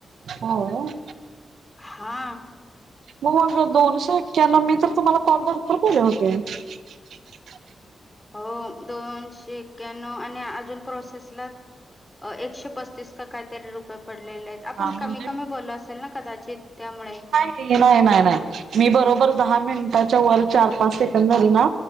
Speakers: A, on the right (about 85°); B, on the left (about 20°).
A: होय.
B: हा.
A: होय होय दोनशे एक्क्यानव, मी तर तुम्हाला कॉल भरपूर केले होते. <unintelligible>
B: हो दोनशे एक्याण्णव आणि अजून प्रोसेसला एकशे पस्तीस का कायतरी रुपय पडलेले आहेत. आपण
A: हा म्हणजे
B: कमी कमी बोललो असेल ना कदाचित त्यामुळे
A: हे नाही नाही नाह्य, मी बरोबर दहा मिनिटाच्या वर चार पाच से कंद झाले ना,